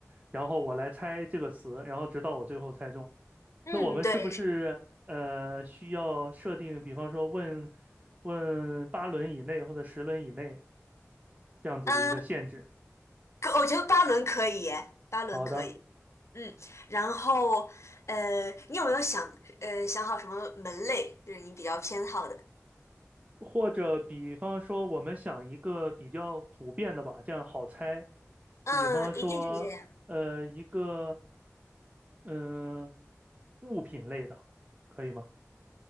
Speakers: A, on the right; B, on the left.
A: 然后我来猜这个词，然后直到我最后猜中。
B: 嗯，
A: 那我们是不是呃需要设定，
B: 对，是，
A: 比方说问问八轮以内或者十轮以内这样子的一个限制？
B: 嗯、可我觉得八轮可以耶，八轮可以。
A: 好的。
B: 嗯，然后呃，你有没有想呃想好什么门类，就是你比较偏好的？
A: 或者比方说，我们想一个比较普遍的吧，这样好猜。
B: 嗯，
A: 比方说，
B: 一定是这样。
A: 呃，一个嗯、呃物品类的，可以吗？